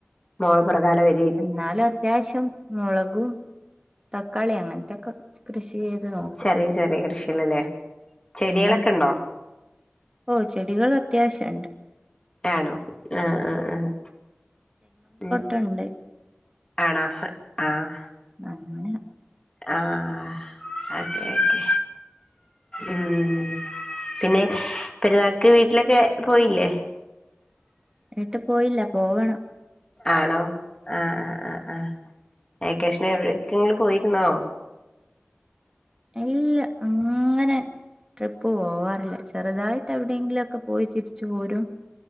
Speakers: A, on the left (about 20°); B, on the right (about 20°).
A: മോളു പുറകാലേവരും
B: എന്നാലുമത്യാവശ്യം മുളകും തക്കാളി അങ്ങനത്തെയൊക്കെ കൃഷി ചെയ്തുനോക്കും
A: ചെറിയ ചെറിയ കൃഷികളല്ലേ ചെടികളൊക്കെ
B: പിന്നെ
A: ഉണ്ടോ
B: ഓഹ് ചെടികളും അത്യാവശ്യണ്ട്
A: ആണോ ആഹ് ആഹ് ആഹ് ഉം
B: ഉണ്ട്
A: ആണോ ആഹ്
B: അങ്ങനെ
A: ആഹ് ഓക്കെ ഓക്കെ ഉം പിന്നെ പെരുന്നാക്കു വീട്ടിലൊക്കെ പോയില്ലേ
B: വീട്ടിൽ പോയില്ല പോവണം
A: ആണോ ആഹ് ആഹ് ആഹ് ആഹ് വെക്കേഷനെവിടെക്കെങ്കിലും പോയിരുന്നോ
B: ഇല്ല അങ്ങനെ ട്രിപ്പുപോവാറില്ല ചെറുതായിട്ട് എവിടെയെങ്കിലൊക്കെ പോയി തിരിച്ചു പോരും